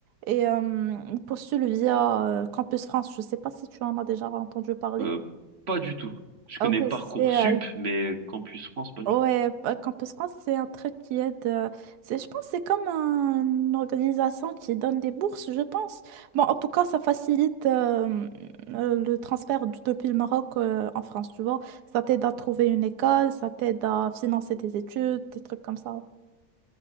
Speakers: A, on the right (about 70°); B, on the right (about 45°).
A: Et euh, on postule via euh, Campus France, je sais pas si tu en as déjà entendu parler.
B: Euh, pas du tout. Je
A: Ah,
B: connais
A: Ok,
B: Parcoursup,
A: c'est euh,
B: mais Campus France, pas du
A: Ouais,
B: tout.
A: euh, Campus France, c'est un truc qui aide. euh, c'est, je pense que c'est comme un- une organisation qui donne des bourses, je pense. Bon, en tout cas, ça facilite euh, euh, le transfert d- depuis le Maroc euh, en France, tu vois. Ça t'aide à trouver une école, ça t'aide à financer tes études, des trucs comme ça.